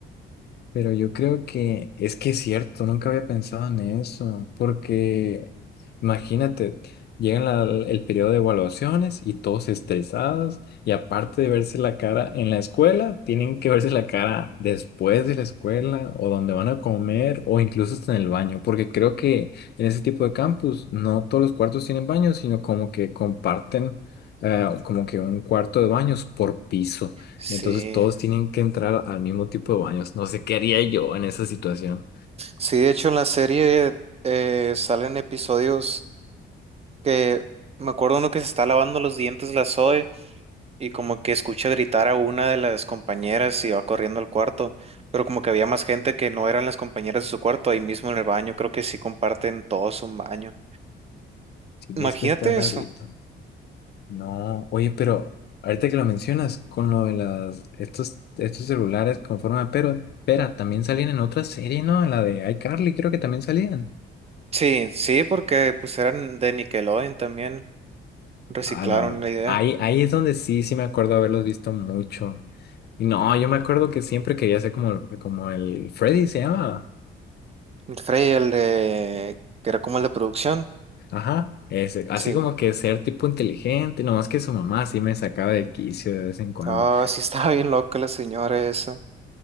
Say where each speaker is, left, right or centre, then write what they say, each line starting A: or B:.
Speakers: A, on the left; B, on the right.
A: Pero yo creo que es que es cierto, nunca había pensado en eso, porque imagínate, llega la- el periodo de evaluaciones y todos estresados, y aparte de verse la cara en la escuela, tienen que verse la cara después de la escuela, o donde van a comer, o incluso hasta en el baño, porque creo que en ese tipo de campus no todos los cuartos tienen baños, sino como que comparten eh, como que un cuarto de baños por piso.
B: Sí.
A: Entonces todos tienen que entrar al mismo tipo de baños. No sé qué haría yo en esa situación.
B: Sí, de hecho en la serie eh, salen episodios que me acuerdo uno que se está lavando los dientes la Zoe y como que escucha gritar a una de las compañeras y va corriendo al cuarto, pero como que había más gente que no eran las compañeras de su cuarto ahí mismo en el baño, creo que sí comparten todos un baño.
A: Sí,
B: Imagínate
A: es que está rarito.
B: eso.
A: No, oye, pero ahorita que lo mencionas, con lo de las, estos, estos celulares con forma de pero, pera, también salían en otra serie, ¿no? En la de iCarly, creo que también salían.
B: Sí, sí, porque pues eran de Nickelodeon también. Reciclaron
A: Ah, no.
B: la idea.
A: Ahí, ahí es donde sí, sí me acuerdo haberlos visto mucho. Y no, yo me acuerdo que siempre quería ser como, el- como el Freddy, se llama.
B: El Frey, el de... que era como el de producción.
A: Ajá, ese, así
B: Sí.
A: como que ser tipo inteligente, nomás que su mamá sí me sacaba del quicio de vez en cuando.
B: Ah, sí <laughs> estaba bien loca la señora esa.